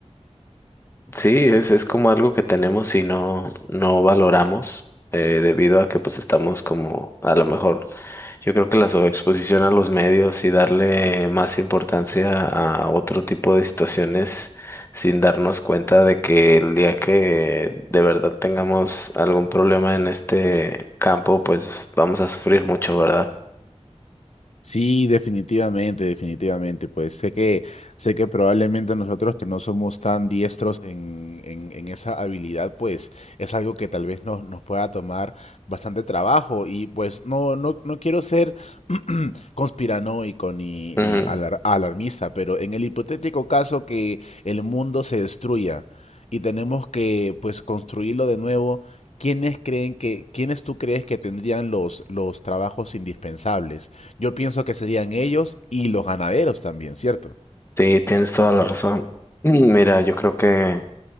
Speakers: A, on the left (about 20°); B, on the left (about 65°).
A: Sí, es, es como algo que tenemos y no, no valoramos eh, debido a que pues estamos como a lo mejor yo creo que la sobreexposición a los medios y darle más importancia a otro tipo de situaciones sin darnos cuenta de que el día que de verdad tengamos algún problema en este campo pues vamos a sufrir mucho, ¿verdad?
B: Sí, definitivamente, definitivamente. Pues sé que, sé que probablemente nosotros que no somos tan diestros en, en, en esa habilidad, pues es algo que tal vez nos, nos pueda tomar bastante trabajo. Y pues no, no, no quiero ser conspiranoico ni,
A: Ujú.
B: ni alar- alarmista, pero en el hipotético caso que el mundo se destruya y tenemos que pues construirlo de nuevo, ¿quiénes creen que, quiénes tú crees que tendrían los, los trabajos indispensables? Yo pienso que serían ellos y los ganaderos también, ¿cierto?
A: Sí, tienes toda la razón. Mm, Mira, yo creo que